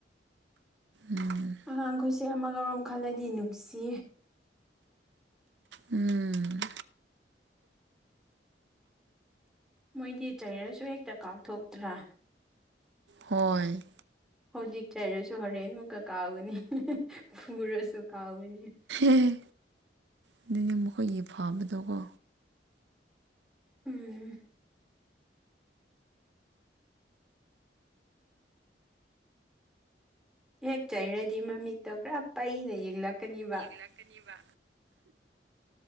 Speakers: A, on the right; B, in the centre.
A: ꯎꯝ
B: ꯑꯉꯥꯡꯈꯣꯏꯁꯦ ꯑꯃꯒꯔꯣꯝ ꯈꯜꯂꯗꯤ ꯅꯨꯡꯁꯤ
A: ꯎꯝ
B: ꯃꯣꯏꯗꯤ ꯆꯩꯔꯁꯨ ꯍꯦꯛꯇ ꯀꯥꯎꯊꯣꯛꯇ꯭ꯔꯥ
A: ꯍꯣꯏ
B: ꯍꯧꯖꯤꯛ ꯆꯩꯔꯁꯨ ꯍꯣꯔꯦꯟ ꯃꯨꯛꯀ ꯀꯥꯎꯒꯅꯤ ꯐꯔꯁꯨ ꯀꯥꯎꯒꯅꯤ
A: ꯑꯦꯦ ꯑꯗꯨꯅꯦ ꯃꯈꯣꯏꯒꯤ ꯐꯥꯕꯗꯣꯀꯣ
B: ꯎꯝ ꯍꯦꯛ ꯆꯩꯔꯗꯤ ꯃꯃꯤꯠꯇꯣ ꯈꯔ ꯄꯩꯅ ꯌꯦꯡꯂꯛꯀꯅꯤꯕ
A: ꯏꯂꯥꯛ ꯀꯅꯤꯕ